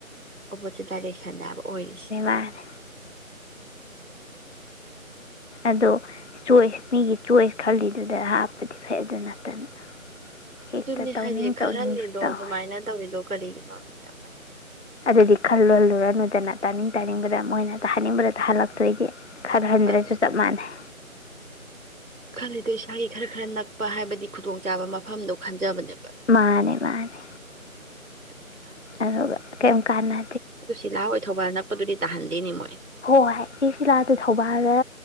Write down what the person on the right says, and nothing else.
ꯑꯣꯄꯣꯖꯤꯠ ꯗꯥꯏꯔꯦꯛꯁ ꯈꯦꯠꯅꯕ ꯑꯣꯏꯔꯤꯁꯤ <inaudible>
ꯑꯗꯨꯅꯤ
ꯍꯥꯏꯗꯤ ꯈꯜꯍꯜꯂꯤꯗꯣ
ꯑꯗꯨꯃꯥꯏꯅ ꯇꯧꯋꯤꯗꯣ ꯀꯔꯤꯒꯤꯅꯣꯃꯤꯗ
ꯑꯗꯨ
ꯈꯜꯂꯤꯗꯣ ꯏꯁꯥꯒꯤ ꯈꯔ ꯈꯔ ꯅꯛꯄ ꯍꯥꯏꯕꯗꯤ ꯈꯨꯗꯣꯡꯆꯥꯥꯕ ꯃꯐꯝꯗꯣ ꯈꯟꯖꯕꯅꯦꯕ
<inaudible>
ꯑꯗꯨ ꯁꯤ ꯂꯥ ꯑꯣꯏ ꯊꯧꯕꯕꯥꯜ ꯅꯛꯄꯗꯨꯗꯤ ꯇꯍꯥꯟꯗꯦꯅꯦ ꯃꯣꯏ